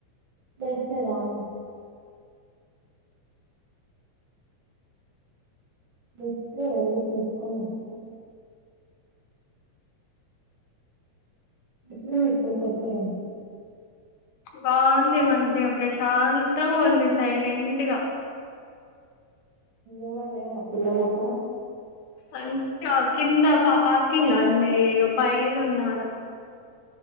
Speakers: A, on the right; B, on the left.
A: తెస్తది ఆమె తెస్తే వెళ్లి తీసుకోని ఇస్తాం ఎట్ల ఉంది ఇప్పుడు కొత్త రూమ్
B: బాగుంది మంచిగా ప్రశాంతంగా ఉంది సైలెంట్ గా
A: ఎవరు లేరా పిల్లలు అక్కడ
B: అంటే కింద పార్కింగ్ అన్నీ ఇక పైన ఉన్నను